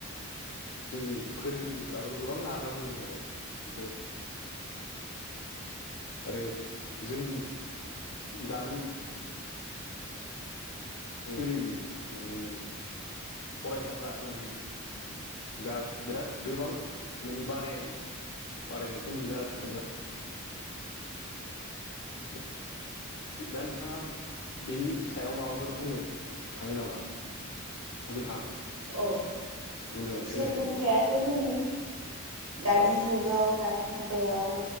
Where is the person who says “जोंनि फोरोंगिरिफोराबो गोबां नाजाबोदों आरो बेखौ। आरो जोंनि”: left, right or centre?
Left